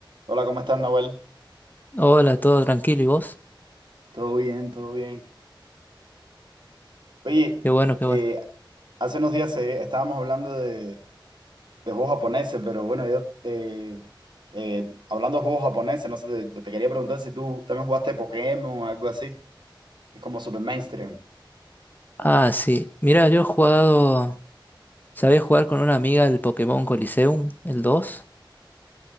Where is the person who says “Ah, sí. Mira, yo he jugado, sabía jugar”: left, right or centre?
Left